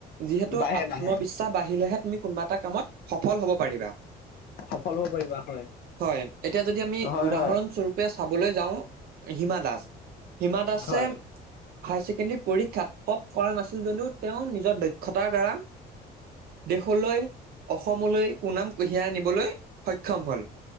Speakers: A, on the right; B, on the left.
A: যিহেতু,
B: বাঢ়ে
A: আত্মবিশ্বাস
B: বাঢ়ে
A: বাঢ়িলেহে তুমি, কোনোবা এটা কামত সফল হ'ব পাৰিবা।
B: সফল হব পাৰিবা। হয়।
A: হয়। এতিয়া যদি আমি,
B: হয়
A: উদাহৰণস্বৰূপে
B: হয়।
A: চাবলৈ যাওঁ হিমা দাস। হিমা দাসে
B: হয়।
A: হাই ছেকেণ্ডৰী পৰীক্ষাত টপ কৰা নাছিল যদিও, তেওঁ নিজৰ দক্ষতাৰ দ্বাৰা দেশলৈ, অসমলৈ সুনাম কঢ়িয়াই আনবলৈ সক্ষম হ'ল।